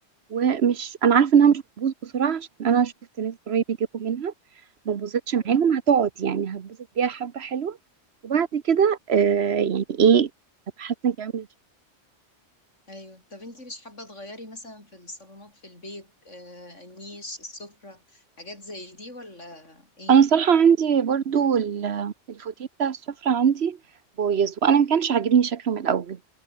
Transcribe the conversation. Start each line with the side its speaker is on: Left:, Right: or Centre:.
Right: ومش انا عارفة انها مش هتبوظ بسرعة عشان انا شفت ناس قريب يجيبوا منها ما بوظتش
Left: ايوه
Right: معاهم هتقعد يعني هتبوظ بيها حبة حلوة
Left: ايوه
Right: وبعد كده آه يعني ايه هتحسن كمان
Left: ايوه طب انتي مش حابة تغيري مثلا في الصالونات في البيت آه النيش السفرة حاجات زي دي ولا ايه
Right: انا صراحه عندي برضو ال- الفوتيه بتاع السفره عندي بايظ وانا ما كانش عاجبني شكله من الاول